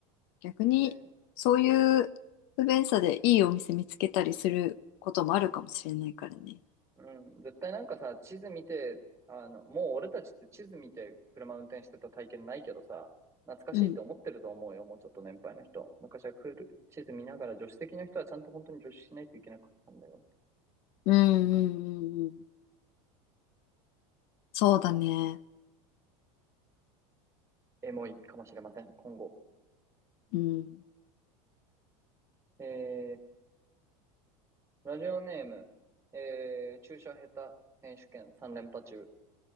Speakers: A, on the left; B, on the right.
A: 逆に、
B: えー
A: そういう不便さでいいお店見つけたりすることもあるかもしれないからね。
B: うん、絶対なんかさ、地図見て、あの、もう俺たちって地図見て車運転してた体験ないけどさ、懐かしいって思ってると思うよ、
A: うん。
B: もうちょっと年配の人。昔はクール地図見ながら助手席の人はちゃんと本当に助手しないといけなかったんだよ。
A: うんうんうんうん。そうだね。
B: まあエモいかもしれません、今後。
A: うん。
B: えー、ラジオネーム、えー、注射下手選手権3連覇中。